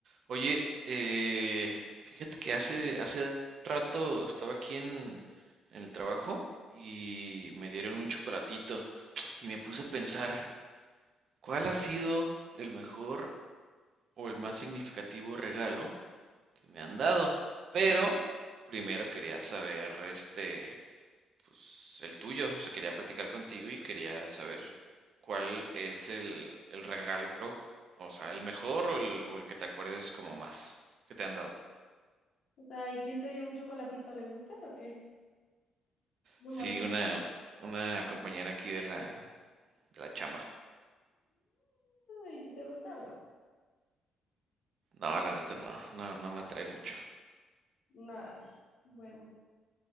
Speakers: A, on the right; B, on the left.
A: Oye, eh, fíjate que hace, hace rato estaba aquí en, en el trabajo y me dieron un chocolatito y me puse a pensar, ¿cuál ha sido el mejor o el más significativo regalo que me han dado? Pero primero quería saber, este, pues el tuyo, o sea, quería platicar contigo y quería saber cuál es el, el regalo, o sea, el mejor o el, o el que te acuerdes como más que te han dado.
B: O sea, ¿y quién te dio un chocolatito? ¿Le gustas o qué? No,
A: Sí,
B: morri.
A: una, una compañera aquí de la, de la chamba.
B: ¿Y si te gusta o no?
A: No, la neta no, no, no me atrae mucho.
B: No, ay, bueno.